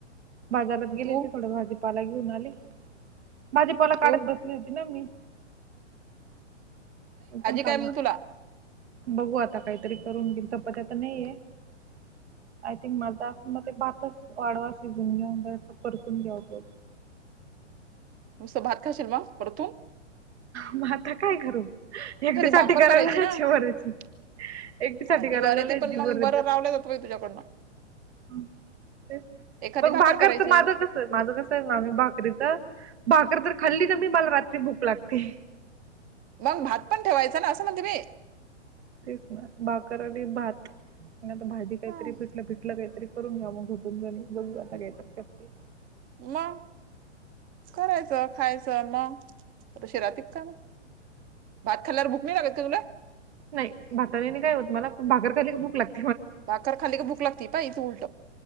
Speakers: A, on the right; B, on the right.
A: बाजारात गेली
B: तू
A: होती थोड भाजीपाला घेऊन आले भाजीपाला
B: तू
A: काढत बसली होती ना मी इथून खालून
B: करीन तुला
A: बघू आता काहीतरी करून दिल चपात्या तर नाहीेय आय थिंक माझा मग ते भातच वाडवा शिजून घ्या ब परतून घ्यावतोच
B: नुसतं भात खाशील म परतू
A: मग आता काय करू एकटीसाठी
B: भाकर
A: करायची
B: ना
A: ज्वारीची एकटीसाटी
B: हा
A: करायला
B: जीवार येती
A: लयच
B: पण
A: जीवावर
B: मग बरं
A: येत
B: रावलं जात तुझ्याकडनं
A: हम ते
B: एखादी
A: मग
B: भाकर
A: भाकरच
B: करायची
A: माझं कस माझं कस आहे मामी भाकरीच भाकर तर खाल्ली तर मी मला रात्री भूक लागते
B: मग भात पण ठेवायचं ना म्हणते मी
A: तेच ना भाकर आणि भात नंतर भाजी काहीतरी
B: हा
A: पिटल भिटलं काहीतरी करून घ्याव मग घुटून आणि बघू आता काहीतरी करते
B: मग करायचं खायचं मग तशीच ऱ्हाती का म भात खाल्ल्यावर भुक नाही लागत का तुला
A: नाय भातने नाय काय होत मला भाकर खाली की भूक लागते
B: भाकर खाली की भुक लागती पाय तू उल